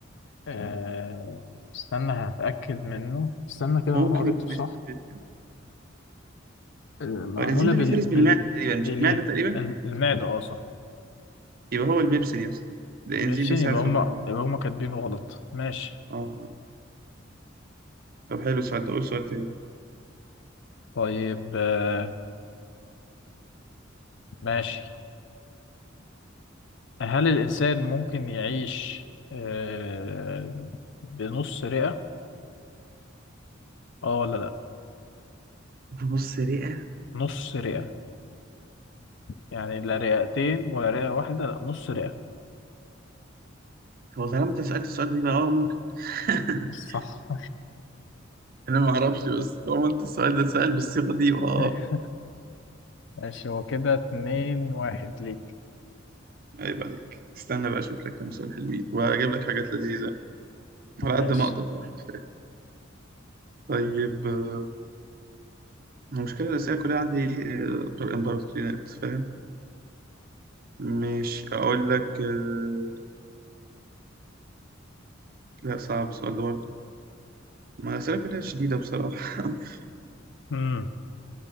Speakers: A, on the left; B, on the right.
A: آه استنى هتأكد منه استنى كده
B: ممكن
A: وانا قريته
B: يكون
A: صح
B: اسمه بيبسين
A: آه، معمولة
B: هو الإنزيم ده
A: بال
B: بيفرز
A: بال
B: بالمعدة تقريبا مش
A: باليه
B: المعدة تقريبا
A: الم- المعدة اه صح
B: يبقى هو البيبسين يا اسطى ده
A: بالشين
B: إنزيم بيساعد
A: يبقى
B: في
A: هما
B: الهضم
A: يبقى هما كاتبينه غلط ماشي
B: اه آه. آه. طب حلو السؤال ده قول سؤال تاني
A: طيب آه ماشي هل الإنسان ممكن يعيش آه بنص رئة اه ولا لا
B: بص رئة
A: نص رئة يعني لا رئتين ولا رئة واحدة لا نص رئة
B: هو طالما أنت سألت السؤال ده يبقى اه ممكن <laughs>
A: صح
B: أنا ما أعرفش بس طالما أنت السؤال ده اتسأل بالصيغة دي يبقى اه
A: <laughs> ماشي هو كده اتنين واحد ليك
B: عيب عليك استنى بقى اشوف لك كام سؤال حلوين واجيب لك حاجات لذيذه على
A: ماشي
B: قد ما اقدر بقى <laughs> طيب آه، المشكله الاساسيه كلها عندي آه، بتوع الامبراطوريات فاهم مش اقول لك آه، لا صعب السؤال ده برضه ما الاسئله كلها شديده بصراحه <laughs>
A: امم